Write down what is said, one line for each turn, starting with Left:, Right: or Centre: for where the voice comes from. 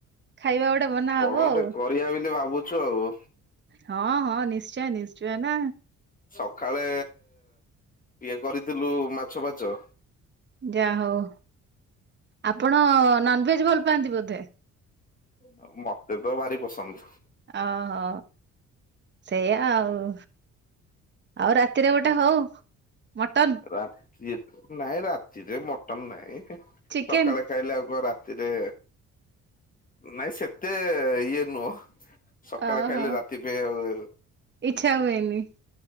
Right: ଖାଇବା ଗୋଟେ ବନା ହବ
Left: କଣ
Right: ଆଉ
Left: ଗୋଟେ କରିବା ବୋଲି ଭାବୁଚୁ ଆଉ।
Right: ହଁ ହଁ ନିଶ୍ଚୟ ନିଶ୍ଚୟ ନା।
Left: ସଖାଳେ ଇଏ କରିଥିଲୁ ମାଛ ଫାଛ।
Right: ଯାହା ହଉ ଆପଣ ନନ୍‌ଭେଜ ଭଲ ପାଆନ୍ତି ବୋଧେ
Left: ଆଉ ମତେ ତ ଭାରି ପସନ୍ଦ।
Right: ଓହୋ ସେଇଆା ଆଉ। ଆଉ ରାତିରେ ଗୋଟେ ହଉ ମଟନ?
Left: ରାତି ନାଇଁ ରାତିରେ ମଟନ ନାଇଁ। ସଖାଳେ
Right: ଚିକେନ
Left: ଖାଇଲେ ଆଉ କ ରାତିରେ ନାଇଁ ସେତେ ଇଏ ନୁହଁ। ସକାଳେ
Right: ଓହୋ
Left: ଖାଇଲେ ରାତି ପାଇଁ ଆଉ
Right: ଇଚ୍ଛା ହୁଏନି।